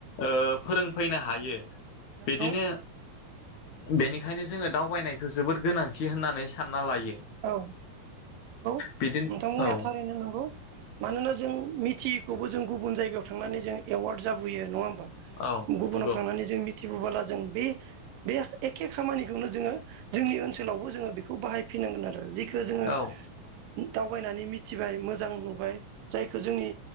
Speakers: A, on the left (about 65°); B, on the right (about 75°).
A: ओ फोरोंफैनो हायो।
B: नंगौ
A: बिदिनो बेनिखायनो दावबायनायखौ जोबोर गोनांथि होननानै सानना लायो।
B: औ नोंगौ
A: बिदिनो
B: नोंथां बुंनाया
A: औ
B: थारैनो नांगौ मानोना जों मिथि खौबो जों गुबुन जायगायाव थांनानै जों एवार्ड जाबोयो नङा होम बा
A: औ
B: गुबुनाव
A: नंगौ
B: थांनानै जों मि थि बोला जों बे बे एखे खामानिखौनो जोङो जोंनि ओनसोलावबो जोङो बेखौ बाहाय फैनांगोन आरो जिखो जोङो
A: औ
B: दावबायनानै मि थिबाय मोजां नुबाय जायखौ जोंनि